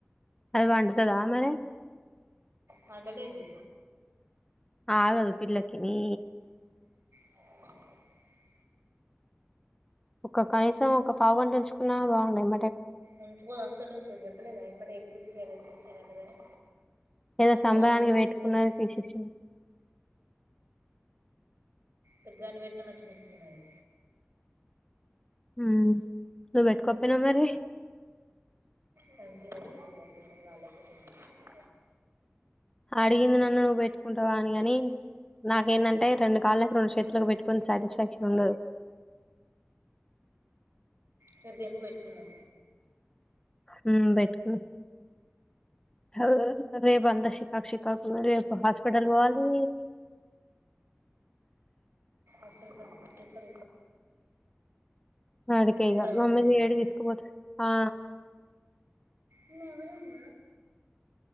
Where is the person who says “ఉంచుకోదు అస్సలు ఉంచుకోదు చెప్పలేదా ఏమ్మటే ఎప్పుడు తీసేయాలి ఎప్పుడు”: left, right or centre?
Right